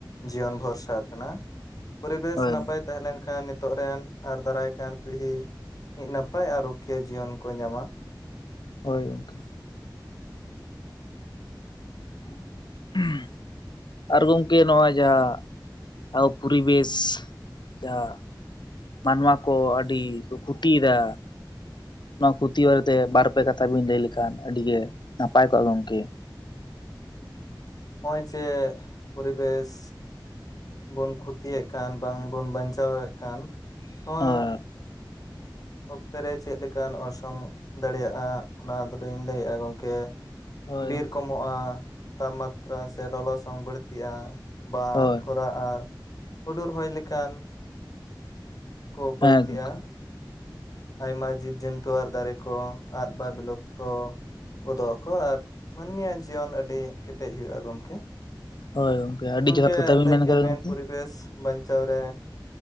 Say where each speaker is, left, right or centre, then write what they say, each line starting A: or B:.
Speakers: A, on the left; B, on the left.
A: ᱡᱤᱭᱚᱱ ᱵᱷᱚᱨᱥᱟ ᱠᱟᱱᱟ ᱾ ᱯᱚᱨᱤᱵᱮᱥ
B: ᱦᱳᱭ
A: ᱱᱟᱯᱟᱭ ᱛᱟᱦᱮᱸ ᱞᱮᱱᱠᱷᱟᱱ ᱱᱤᱛᱚᱜ ᱨᱮᱱ ᱟᱨ ᱫᱟᱨᱟᱭ ᱠᱟᱱ ᱯᱤᱲᱦᱤ ᱢᱤᱫ ᱱᱟ ᱯᱟᱭ ᱟᱨ ᱨᱩᱠᱷᱤᱭᱟᱹ ᱡᱤᱭᱚᱱ ᱠᱚ ᱧᱟᱢᱟ᱾
B: ᱦᱳᱭ ᱜᱚᱝᱠᱮ᱾ <unintelligible> ᱟᱨ ᱜᱚᱝᱠᱮ ᱱᱚᱜᱚᱭ ᱡᱟᱦᱟᱸ ᱟᱸ ᱯᱩᱨᱤᱵᱮᱥ ᱡᱟᱦᱟᱸᱼᱼ ᱢᱟᱱᱣᱟ ᱠᱚ ᱟᱹᱰᱤ ᱠᱚ ᱠᱷᱩᱛᱤᱭᱮᱫᱟ᱾ ᱱᱚᱣᱟ ᱠᱷᱩᱚᱛᱤ ᱵᱟᱨᱮᱛᱮ ᱵᱟᱨᱯᱮ ᱠᱟᱛᱷᱟ ᱵᱤᱱ ᱞᱟᱹᱭ ᱞᱮᱠᱷᱟᱱ ᱟᱹᱰᱤ ᱜᱮ ᱱᱟᱯᱟᱭ ᱠᱚᱜᱼᱟ᱾ ᱜᱚᱝᱠᱮ᱾
A: ᱦᱚᱜᱼᱚᱭ ᱡᱮ ᱯᱚᱨᱤᱵᱮᱥ ᱵᱚᱱ ᱠᱷᱚᱛᱤᱭᱮᱫ ᱠᱟᱱ ᱵᱟᱝᱵᱚᱱ ᱵᱟᱧᱪᱟᱣᱮᱫ ᱠᱟᱱ ᱱᱚᱣᱟᱼᱼ
B: ᱦᱳᱭ
A: ᱚᱠᱛᱮ ᱨᱮ ᱪᱮᱫ ᱞᱮᱠᱟᱱ ᱚᱨᱥᱚᱝ ᱫᱟᱲᱮᱭᱟᱜᱼᱟ᱾ ᱚᱱᱟ ᱫᱚᱞᱤᱧ ᱞᱟᱹᱭᱮᱜᱼᱟ᱾ ᱜᱚᱝᱠᱮᱼᱼ
B: ᱦᱳᱭ
A: ᱵᱤᱨ
B: ᱜᱚᱝᱠᱮ
A: ᱠᱚᱢᱚᱜᱼᱟ᱾ ᱛᱟᱢ ᱢᱟᱛᱨᱟ ᱥᱮ ᱞᱚᱞᱚᱥᱚᱝ ᱵᱟᱹᱲᱛᱤᱜᱼᱟ ᱵᱟᱸ
B: ᱦᱳᱭ
A: ᱠᱷᱼᱼ ᱵᱟ ᱟᱨ ᱦᱩᱰᱩᱨ ᱦᱚᱭ ᱞᱮᱱᱠᱟᱱ ᱼᱼ ᱠᱚ ᱵᱟᱹᱲᱛᱤᱜ
B: ᱦᱮᱸ ᱜᱚᱝᱠᱮ
A: ᱼᱟ᱾ ᱟᱭᱢᱟ ᱡᱤᱵ ᱡᱩᱱᱛᱩ ᱟᱨ ᱫᱟᱨᱮ ᱠᱚ ᱟᱫ <unintelligible> ᱜᱚᱫᱚᱜ ᱟᱠᱚ, ᱟᱨ ᱢᱟᱹᱱᱢᱤᱭᱟᱜ ᱡᱤᱭᱚᱱ ᱟᱹᱰᱤ ᱠᱮᱴᱮᱡ ᱦᱩᱭᱩᱜᱼᱟ᱾ ᱜᱚᱢᱠᱮ᱾
B: ᱦᱳᱭ ᱟᱹᱰᱤ
A: ᱜᱚᱝᱠᱮ
B: ᱡᱚᱛᱷᱟᱛ ᱠᱟᱛᱷᱟ ᱵᱤᱱ
A: ᱞᱟᱹᱭᱠᱮᱜᱼᱟ
B: ᱢᱮᱱ ᱠᱟᱫᱟ
A: ᱵᱮᱱ
B: ᱜᱚᱝᱠᱮ
A: ᱯᱚᱨᱤᱵᱮᱥᱼᱼ ᱵᱟᱧᱪᱟᱣ ᱨᱮ